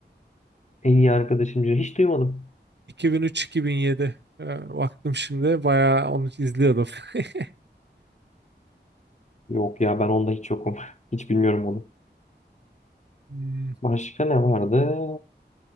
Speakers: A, on the left; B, on the right.
A: En iyi arkadaşım Cino. Hiç duymadım.
B: 2003-2007. Ee, baktım şimdi bayağı onu izliyordum. <laughs>
A: Yok ya ben onda hiç yokum. <laughs> Hiç bilmiyorum onu.
B: Hmm.
A: Başka ne vardı?